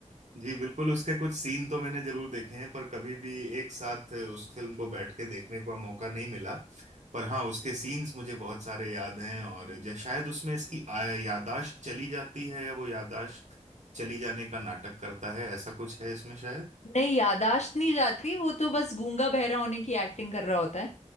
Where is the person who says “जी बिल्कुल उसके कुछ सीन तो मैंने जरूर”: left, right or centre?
Right